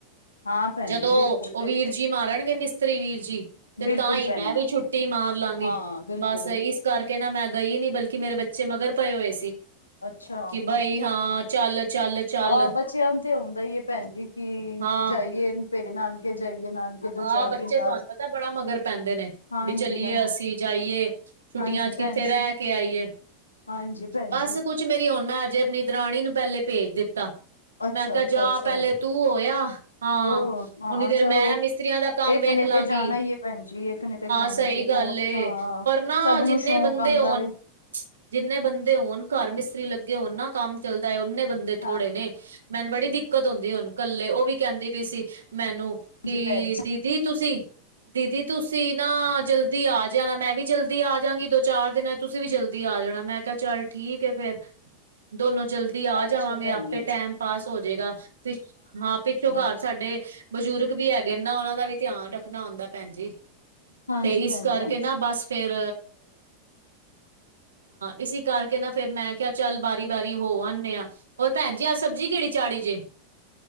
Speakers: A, on the left; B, on the right.
A: ਹਾਂ ਭੈਣ
B: ਜਦੋਂ
A: ਜੀ ਬਿਲਕੁਲ ਬਿਲਕੁਲ
B: ਵੀਰ ਜੀ ਮਾਰਣਗੇ ਮਿਸਤਰੀ ਵੀਰ ਜੀ ਤੇ
A: ਬਿਲਕੁਲ
B: ਤਾਂ
A: ਭੈਣ
B: ਮੈਂ
A: ਜੀ
B: ਵੀ ਛੁੱਟੀ ਮਾਰ ਲਾਂਗੀ
A: ਹਾਂ ਬਿਲਕੁਲ
B: ਬਸ
A: ਬਿਲਕੁਲ
B: ਇਸ ਕਰਕੇ ਪਾਉਂਦੇ ਹੀ ਨਹੀਂ ਹੁੰਦੀ ਮਹਾਰਾਜ ਜੁੱਤੀ ਤੇਰੇ ਮੂੰਹ ਤੇ ਖਿੱਚ ਕੇ ਪੁੱਤ ਕਹਿੰਦਾ ਮੈਂ ਗਈ ਨਹੀਂ ਬਲਕਿ ਮੇਰੇ ਬੱਚੇ ਮਗਰ ਪਏ ਹੋਏ
A: ਅੱਛਾ
B: ਕਿ ਬਈ
A: ਅੱਛਾ
B: ਹਾਂ। ਚੱਲ- ਚੱਲ ਚੱਲ
A: ਆਹ! ਬੱਚਿਆਂ ਨੂੰ ਤੇ ਆਉਂਦਾ ਈ ਹੈ ਭੈਣ ਜੀ ਕਿ
B: ਹਾਂ
A: ਜਾਈਏ। ਪ ਨਾਨਕੇ ਜਾਈਏ। ਨਾਨਕੇ ਦੋ
B: ਹਾਂ
A: ਚਾਰ
B: ਬੱਚੇ
A: ਦਿਨ ਦਾ
B: ਤਹਾਨੂੰ ਪਤਾ ਬੜਾ ਮਗਰ ਪੈਂਦੇ ਨੇ।
A: ਹਾਂਜੀ
B: ਚੱਲੀਏ
A: ਹਾਂਜੀ
B: ਅਸੀਂ ਜਾਈਏ। ਫਿਰ ਛੁੱਟੀਆਂ
A: ਹਾਂਜੀ
B: ਚ ਕਿੱਥੇ
A: ਭੈਣ
B: ਰਹਿ
A: ਜੀ
B: ਕੇ ਆਈਏ
A: ਹਾਂਜੀ। ਭੈਣ
B: ਬਸ
A: ਜੀ
B: ਕੁੱਛ ਮੇਰੀ ਹਣ ਮੈਂ ਅਜੇ ਆਪਣੀ ਦਰਾਣੀ ਨੂੰ ਪਹਿਲੇ ਭੇਜ ਦਿੱਤਾ।
A: ਅੱਛਾ
B: ਮੈਂ ਕਿਹਾ
A: ਅੱਛਾ
B: ਜਾ
A: ਅੱਛਾ
B: ਪਹਿਲੇ ਤੂੰ ਹੋਇਆ। ਹਾਂ,
A: ਹੋ ਹਾਂ
B: ਉਨੀ ਦੇਰ
A: ਚਲੋ
B: ਮੈਂ ਤਰੀਆ ਦਾ ਕੰਮ
A: ਇੱਕ
B: ਵੇਖ
A: ਨੇ
B: ਲਾਂਗੀ
A: ਤੇ ਜਾਣਾ ਹੀ ਹੈ ਭੈਣ ਜੀ ਇੱਕ ਨੇ ਤੇ ਜਾਣਾ
B: ਸਹੀ
A: ਹੀ ਹੈ ਹੋਰ ਹਾਂ
B: ਪਰ ਨਾ
A: ਸਭ
B: ਜਿੰਨੇ
A: ਨੂੰ ਸ਼ੌਕ
B: ਬੰਦੇ
A: ਆਉਂਦਾ
B: ਹੋਣ
A: ਵੇ
B: ਜਿੰਨੇ ਬੰਦੇ ਹੋਣ ਘਰ ਤਰੇ ਲੱਗੇ ਹੋਣ ਨਾ ਕੰਮ ਚਲਦਾ ਉਹਨੇ ਬੰਦੇ ਥੋੜੇ
A: ਹਾਂ
B: ਨੇ ਮੈਨੂੰ ਬੜੀ ਦਿੱਕਤ ਹੁੰਦੀ ਉਹਨੂੰ ਇਕੱਲੇ ਉਹ ਵੀ ਕਹਿੰਦੀ ਵੀ ਸੀ ਮੈਨੂੰ
A: ਹਾਂਜੀ
B: ਕਿ
A: ਭੈਣ
B: ਜੀ ਤੁਸੀਂ ਦੀਦੀ ਤੁਸੀਂ ਨਾ ਜਲਦੀ ਆ ਜਾਣਾ ਮੈਂ ਵੀ ਜਲਦੀ ਆ ਜਾਗੀ ਚਾਰ ਦਿਨਾਂ ਚ ਤੁਸੀਂ ਵੀ ਜਲਦੀ ਆ ਜਾਣਾ ਮੈਂ ਕਿਹਾ ਚੱਲ ਠੀਕ ਹ ਫਿਰ ਦੋਨੋਂ ਤੇ ਆ ਜਾਵਾਂਗੇ
A: ਅੱਛਾ ਭੈਣ
B: ਆਪੇ
A: ਜੀ ਅੱਛਾ
B: ਟਾਈਮ ਪਾਸ ਹੋ ਜਾਏਗਾ ਤੇ ਹਾਂ ਪਿੱਛੋਂ
A: ਹਾਂਜੀ
B: ਘਰ ਸਾਡੇ ਬਜ਼ੁਰਗ ਵੀ ਹੈਗੇ ਨਾ ਉਹਨਾਂ ਦਾ ਵੀ ਧਿਆਨ ਰੱਖਣਾ ਹੁੰਦਾ ਭੈਣ ਜੀ
A: ਹਾਂਜੀ
B: ਤੇ ਇਸ
A: ਭੈਣ
B: ਕਰਕੇ
A: ਜੀ ਹਾਂਜੀ
B: ਨਾ ਬਸ ਫਿਰ ਇਸੇ ਕਰਕੇ ਨਾ ਫਿਰ ਮੈਂ ਦੀ ਵਾਰੀ ਹੋ ਆਦੇ ਆ ਉਹ ਭੈਣ ਜੀ ਆ ਸਬਜੀ ਕਿਹੜੀ ਚਾੜੀ ਜੇ